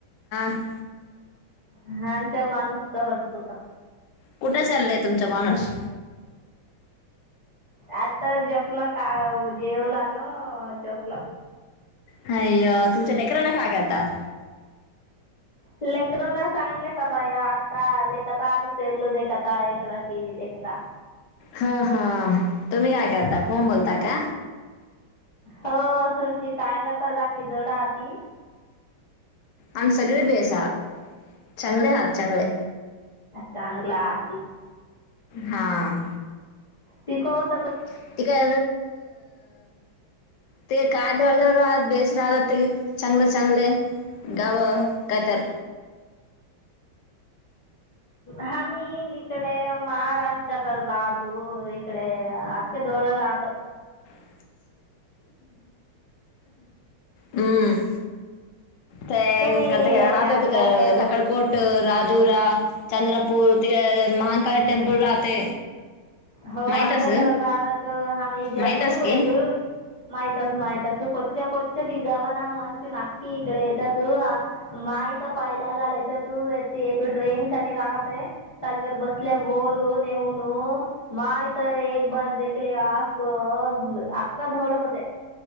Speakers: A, on the left (about 70°); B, on the left (about 25°).
A: <unintelligible>
B: हा माणूसचा हटकता
A: कुठं चाललंय तुमचा माणूस
B: आता जपला काढा जेव ला आलो जपलं
A: हाय अ तुमच्या डेकरराना काय करतात
B: लेकरना सांगले का बाया आता देखता आता सेरल देखता एकदा टीव्ही देखता
A: हा हा तु मी करता फोन बोलता का
B: हो तुमची काय करताकी दड आ ती
A: आम्ही सगळे बेस आहात चांगले आहात सगळे
B: चांगला आत
A: हां
B: ती क त
A: <unintelligible> अ ते काद राहत बेस राहत ते चांगले चांगले गाव कात यात
B: हां मी इकडे महाराष्ट्राकडे राहतो इकडे अखख जवळ राहत.
A: <unintelligible> हम्म ते
B: तुम्ही
A: त
B: आता
A: <unintelligible>
B: हे
A: नकलकोट राजुरा चंद्रपूर ते महा काय टेम्पल राहते.
B: हो
A: माहितस
B: अख्ख्या धडहात हम्ही जातू
A: माहितस की
B: एक माहित असू माहित अस कोच्च्या कोच सगळी गवन मचु नक्की इकडे येेततू माय तो पैलागाला येेततू एक ट्रेन चनी राहते तजवरर बसले बोर नेऊन. माय तर एक बार देखले आप. <unintelligible> अक्ख धोड होते